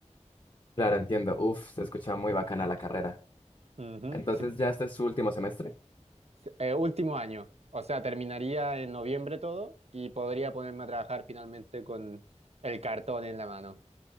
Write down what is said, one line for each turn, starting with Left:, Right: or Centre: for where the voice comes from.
Left: Claro, entiendo. Uf, se escucha muy bacana la carrera.
Right: Ujú,
Left: Entonces,
Right: sí.
Left: ¿ya este es su último semestre?
Right: Sí, eh, último año, o sea, terminaría en noviembre todo y podría ponerme a trabajar finalmente con el cartón en la mano.